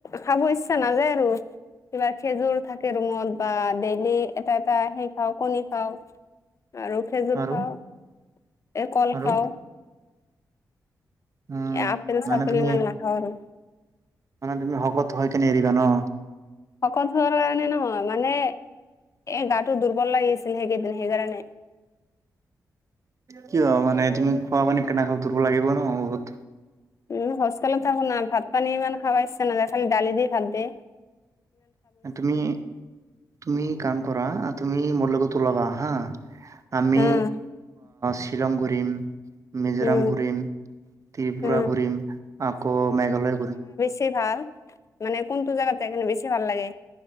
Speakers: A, on the left; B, on the right.
A: খাব ইচ্ছা নাযায় আৰু। কিবা খেজুৰ থাকে ৰুমত বা ডেইলি এটা এটা সেই খাও কণী খাও। আৰু খেজুৰ
B: আৰু
A: খাও এই ক'ল
B: আৰু
A: খাও।
B: উম
A: আপেল
B: মানে
A: চাপেল
B: তুমি
A: ইমান নাখাও আৰু।
B: মানে তুমি শকত হৈ কিনি এৰিবা ন।
A: শকত হোৱাৰ কাৰণে নহয় মানে। এ গাটো দুৰ্বল লাগিছিল সেইকেইদিন সেইকাৰণে
B: কিয় মানে তুমি খোৱা পানী কেনে খাও দুৰ্বল লাগিব ন বহুত।
A: উম, হোষ্টেলত থাকো না ভাত পানী ইমান খাবা ইচ্ছা নাযায় খালি ডালি দি ভাত দে।
B: তুমি - তুমি কাম কৰা তুমি মোৰ লগত উলাবা হা। আমি
A: উম
B: শ্বিলং ঘূৰিম মিজোৰাম
A: উম
B: ঘূৰিম। ত্ৰিপুৰা
A: উম।
B: ঘূৰিম, আকৌ মেঘালয় ঘূৰিম।
A: কি ভাল? মানে কোনটো জাগাত যাই কিনে বেছি ভাল লাগে?